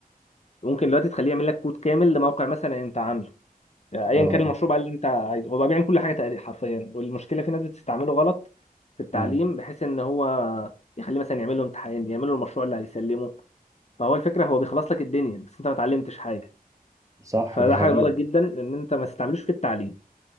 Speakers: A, on the left; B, on the right.
A: ممكن دلوقتي تخليه يعمل لك كود كامل لموقع مثلا انت عامله يعني ايا
B: اه
A: كان المشروع بقى اللي انت عايزه هو بقى بيعمل كل حاجه تقريبا حرفيا والمشكله في ناس بتستعمله غلط في التعليم
B: مم.
A: بحيث ان هو يخليه مثلا يعمل له امتحان يعمل له المشروع اللي هيسلمه فهو الفكره هو بيخلص لك الدنيا بس انت ما اتعلمتش حاجه
B: صح
A: فده
B: دي حقيقة
A: حاجه غلط جدا ان انت ما تستعملوش في التعليم